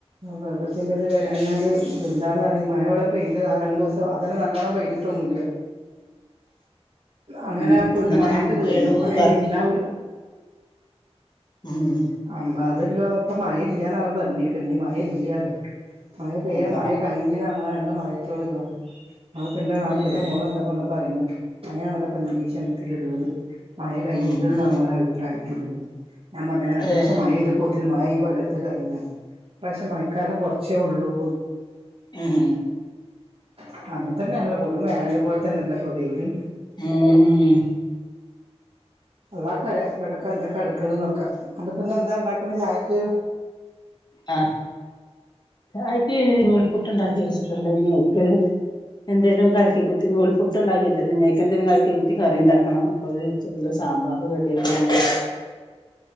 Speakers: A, on the right; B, on the left.
A: പ്പ വെള്ളത്തിന്റെറത് വരാഞ്ഞാല് ഇതെന്താന്നന്ന് അറിയ മഴോടെ പെയ്ത് ആ രണ്ടു ദിവസം അതന്നെ നല്ലോണ്ണം പെയ്തിട്ടൊന്നുല്ല അങ്ങനെ
B: ഉം
A: അപ്പൊ
B: ഇന്നത്തെ
A: ഇതിന് മയന്റത്
B: വേണോന്ന്
A: കഴിഞ്ഞു മയഇനി
B: പറയും
A: ഇണ്ടാവൂല
B: ചെയ്യും ഉം
A: അമ്പ അതല്ല ഇപ്പൊ മഴ ഇല്ലന്നാണ് പറഞെക്കണത് ഇനി മഴ ഇല്ല മഴ പെയ്യണം
B: അള്ളാ
A: മഴ കഴിഞ്ഞതാന്ന് ആ രണ്ട് മഴയത്തോടെന്നോ ആ പ്പ് ൻ്റെ നാത്തൂന്റെ
B: ഉം
A: മോള് വന്നൊപ്പോണ്ട് പറയണ് അങ്ങനെയാണല്ലോ പ്പ നീ രീ ഷണത്തിലുള്ളത് <inaudible> മഴ കഴിഞ്ഞിക്കണ്ന്നാണ്
B: ഉം
A: ഓരഭിപ്രായം ഞാൻ പറഞ്ഞ ഒരുസം
B: ഏഹ്
A: മഴ പെയ്തപ്പോത്തിന് മഴ ഈ കൊല്ലത്തെ കഴിഞ്ഞ ഇപ്രാവശ്യം മഴക്കാലം കുറച്ചേ ഉള്ളൂ
B: ഉം
A: <unintelligible> അങ്ങനെ തന്നെണല്ലോ കൊടും വേനല് പോലെ തന്നെല്ലേ ഇപ്പൊ വെയില്
B: ഉം ഉം
A: അള്ളാ കറയാ എവിടക്കെ എന്തൊക്കെ നടുക്കണ്നൊക്കെ അല്ല പ്പ്ന്ന് എന്താ ഇണ്ടാക്കണ് ചായക്ക്
B: ആന് ചായക്ക് നൂൽ പുട്ടുണ്ടാക്കി
A: ഉം
B: വച്ചിട്ടുണ്ട് യേ <unintelligible> എന്തേലും കലക്കിക്കുത്തി നൂൽപ്പുട്ട് ഉണ്ടാക്കി വെച്ച്ണ്ട് ഞിയ്ക്ക് എന്തേലും കലക്കി കുത്തി കറി ഇണ്ടാക്കണം അപ്പത് വച്ച്ച്ച്ണ്ട് സാമ്പാറ് റെഡി <unintelligible>